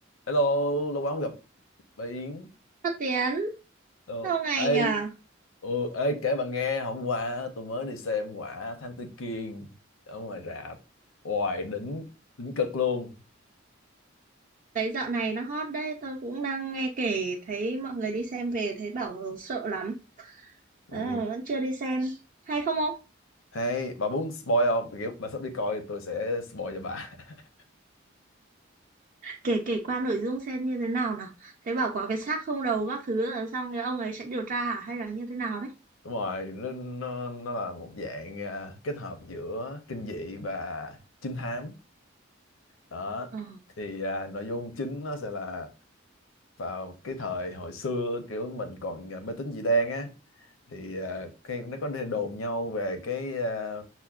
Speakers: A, on the left; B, on the right.
A: Hello, lâu quá không gặp bà Yến.
B: Phát Tiến,
A: Ờ,
B: lâu ngày
A: ê,
B: nhờ?
A: ờ, ê, kể bà nghe, hôm qua tôi mới đi xem quả Thám Tử Kiên ở ngoài rạp. Hoài đỉnh, đỉnh cực luôn.
B: Thấy dạo này đang hot đấy, tôi cũng đang nghe kể thấy mọi người đi xem về thấy bảo sợ lắm.
A: Ừ.
B: Ờ, vẫn chưa đi xem. Hay không ông?
A: Hay, bà muốn spoil không? Kiểu bà sắp đi coi tôi sẽ spoil cho bà. <laughs>
B: Kể kể qua nội dung xem như thế nào nào. Thấy bảo có cái xác không đầu các thứ rồi xong cái ông ấy sẽ điều tra hả? hay là như thế nào đấy?
A: Đúng rồi, nó, nó, nó là một dạng à, kết hợp giữa kinh dị và trinh thám. Đó,
B: Ờ.
A: thì à, nội dung chính nó sẽ là vào cái thời hồi xưa kiểu mình còn à, mê tín dị đoan á thì à, cái nó có đồn nhau về cái à,